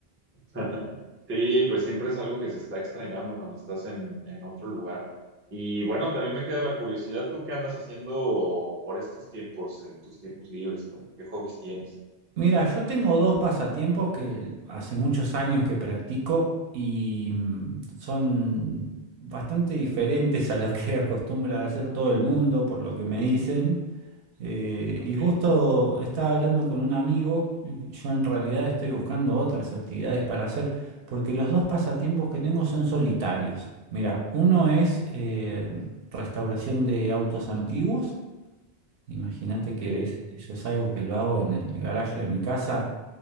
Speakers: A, on the right; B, on the right.
A: <laughs> Ajá. Sí, pues siempre es algo que se está extrañando cuando estás en, en otro lugar. Y bueno, también me queda la curiosidad, ¿tú qué andas haciendo por estos tiempos, en tus tiempos libres? ¿Por- ¿Qué hobbies tienes?
B: Mira, yo tengo dos pasatiempos que hace muchos años que practico y mm, son bastante diferentes a los que <laughs> acostumbra hacer todo el mundo, por lo que me dicen. Eh,
A: Ah,
B: y
A: Ok.
B: justo estaba hablando con un amigo, yo en realidad estoy buscando otras actividades para hacer, porque los dos pasatiempos que tengo son solitarios. Mira, uno es eh,
A: A ver.
B: restauración de autos antiguos. Imagínate
A: Ah, ok.
B: que es- eso es algo que lo hago en el garaje de mi casa.